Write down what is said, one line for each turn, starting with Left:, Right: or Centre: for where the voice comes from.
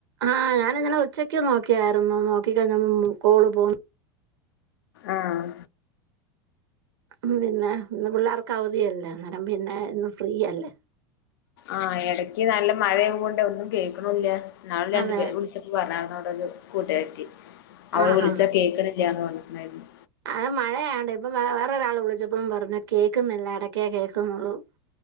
Right: ആഹ് ഞാനി ഇന്നലെ ഉച്ചക്ക് നോക്കിയായിരുന്നു നോക്കി കഴിഞ്ഞ് കോൾ പോ
Left: ആഹ്
Right: അഹ് പിന്നെ ഇന്ന് പിള്ളേർക്ക് അവധി അല്ലെ അന്നേരം പിന്നെ ഇന്ന് ഫ്രീയല്ലേ
Left: ആഹ് ഇടക്ക് നല്ല മഴയയെ കൊണ്ട് ഒന്നും കേൾക്കുണും ഇല്ല ന്നാളും രണ്ടുപേര്
Right: അതെ
Left: വിളിച്ച പറഞ്ഞരുന്നു അവിടെ ഒരു കൂട്ടുകാര്ത്തി അവള്
Right: ആഹാ
Left: വിളിച്ചാ കേൾക്കണില്ലന്ന് പറഞ്ഞിട്ടുണ്ടായിരുന്നു
Right: അത് മഴയോണ്ട് ഇപ്പൊ വേ വേറെരാൾ വിളിച്ചപ്പോഴും പറഞ്ഞു കേൾക്കുന്നില്ല ഇടക്കേ കേൾക്കുന്നൊള്ളും